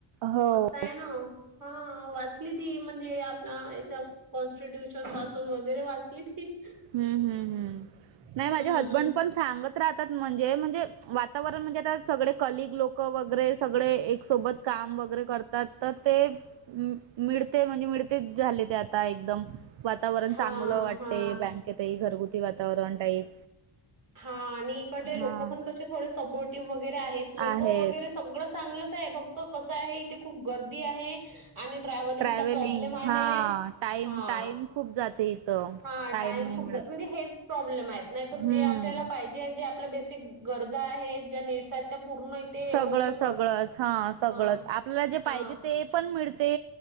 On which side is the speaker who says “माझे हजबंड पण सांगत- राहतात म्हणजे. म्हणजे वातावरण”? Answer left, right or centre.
Right